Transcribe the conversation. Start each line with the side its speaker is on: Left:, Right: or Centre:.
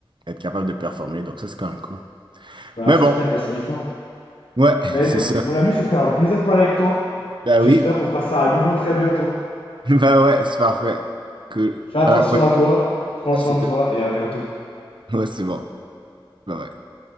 Right: être capable de performer. Donc, ça, c'est quand même cool.
Left: Bah,
Right: Mais
Left: c'est
Right: bon,
Left: clair, bah, c'est différent.
Right: ouais,
Left: Mais
Right: <laughs> c'est
Left: écoute,
Right: ça.
Left: mon ami, c'était un plaisir de parler avec toi.
Right: Ben
Left: J'espère
Right: oui,
Left: qu'on fera ça à nouveau très bientôt.
Right: <laughs> ben ouais, c'est parfait. Cool.
Left: Fais attention
Right: À la prochaine.
Left: à toi, prends
Right: Merci
Left: soin de
Right: de-
Left: toi et à bientôt.
Right: Ouais, c'est bon. Bye bye.